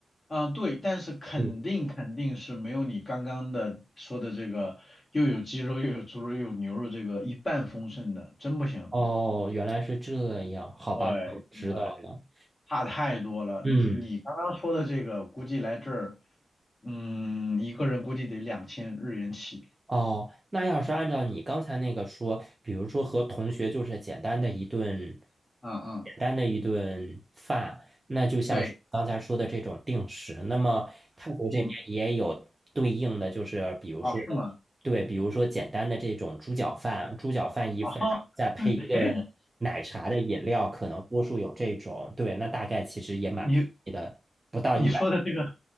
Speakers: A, on the left (about 20°); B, on the right (about 15°).
A: 嗯，对，但是肯定肯定是没有你刚刚的说的这个又有鸡肉又有猪肉又有牛肉这个一半丰盛的，
B: 嗯，
A: 真不行。
B: 哦，原来是这样，好吧，
A: 对，
B: 我知道了。
A: 呃，差太多了。
B: 嗯。
A: 你你刚刚说的这个，估计来这儿，嗯，一个人估计得两千日元起。
B: 哦，那要是按照你刚才那个说，比如说和同学就是简单的一顿，
A: 嗯嗯，
B: 简单的一顿饭，那就像是刚才说的这种定时，
A: 对，
B: 那么泰国这边也有对应的，
A: 我们
B: 就是比如说，
A: 哦是吗？
B: 对，比如说简单的这种猪脚饭，猪脚饭一份，
A: 哦，
B: 然后再配一个奶茶的饮料，
A: <laughs> 哎，
B: 可能多数有这种，对，那大概其实也蛮便宜的，
A: 你
B: 不到一百。
A: 你说的这个，